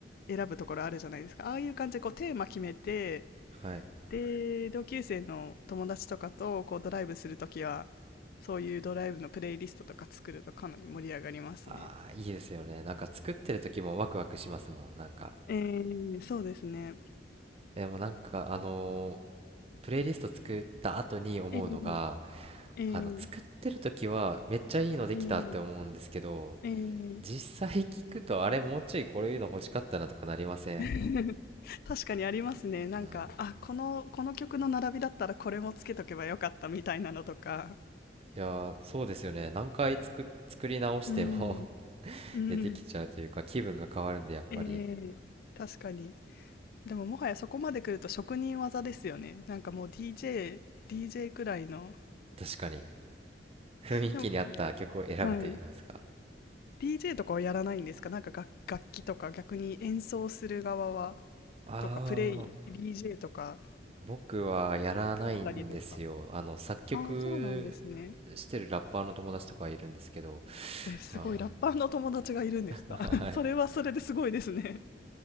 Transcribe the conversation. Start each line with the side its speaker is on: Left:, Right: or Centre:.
Left: 選ぶところあるじゃないですか。ああいう感じでこう、テーマ決めて、
Right: はい。
Left: で、同級生の友達とかと、こう、ドライブするときは、そういうドライブのプレイリストとか作るとかなり盛り上がりますね。
Right: ああ、いいですよね。なんか作ってる時もワクワクしますもん。なんか。
Left: えー、そうですね。
Right: でもなんか、あのープレイリスト作った後に思うのが、
Left: えー、えー、
Right: あの、作ってる時はめっちゃいいのできたって思うんですけど、
Left: えー、えー
Right: 実際聞くとあれもうちょいこういうの欲しかったなとかなりません
Left: <laughs> 確かにありますね。なんか、
Right: うん。
Left: あ、この、この曲の並びだったらこれもつけとけばよかったみたいなのとか。
Right: いやー、そうですよね。何回作、作り直しても
Left: うん、
Right: <laughs>
Left: うん、
Right: 出てきちゃうというか、気分が変わるんで、やっぱり。
Left: えー、確かに。でももはやそこまで来ると職人技ですよね。なんかもう DJ、DJ くらいの。
Right: 確かに。雰囲気に合った曲を選ぶと言いますか。
Left: でも、はい。DJ とかはやらないんですかなんか楽、楽器とか逆に演奏する側は、
Right: ああ。
Left: とかプレイ、DJ とか
Right: 僕はやらないんですよ。
Left: 作ったりとか。
Right: あの、作曲
Left: ああ、そうなんですね。
Right: してるラッパーの友達とかいるんですけど、
Left: え、すごい、
Right: は
Left: ラッパーの友達がいるんですか
Right: い。<laughs> はい。
Left: <laughs> それはそれですごいですね。